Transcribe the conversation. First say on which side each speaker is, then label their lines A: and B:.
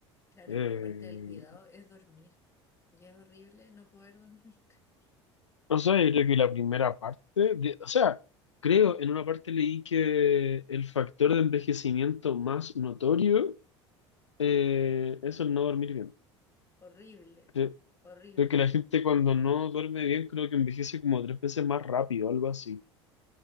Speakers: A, on the left (about 20°); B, on the left (about 80°).
A: Claro,
B: Eh,
A: pero parte del cuidado es dormir. Y es horrible no poder dormir. <laughs>
B: o sea, yo creo que la primera parte, de- o sea, creo, en una parte leí que el factor de envejecimiento más notorio eh, es el no dormir bien.
A: Horrible,
B: Sí.
A: horrible.
B: Creo que la gente cuando no duerme bien, creo que envejece como tres veces más rápido, algo así.